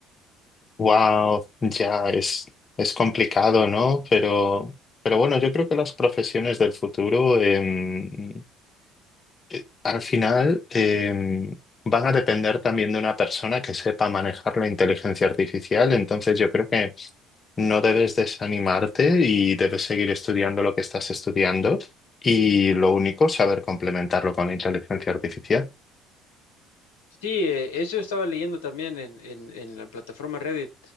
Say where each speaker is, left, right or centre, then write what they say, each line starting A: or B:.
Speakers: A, on the left; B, on the left.
A: Wow, ya es, es complicado, ¿no? Pero, pero bueno, yo creo que las profesiones del futuro em, eh, al final em, van a depender también de una persona que sepa manejar la inteligencia artificial. Entonces yo creo que no debes desanimarte y debes seguir estudiando lo que estás estudiando y lo único, saber complementarlo con la inteligencia artificial.
B: Sí, eh, eso estaba leyendo también en, en, en la plataforma Reddit.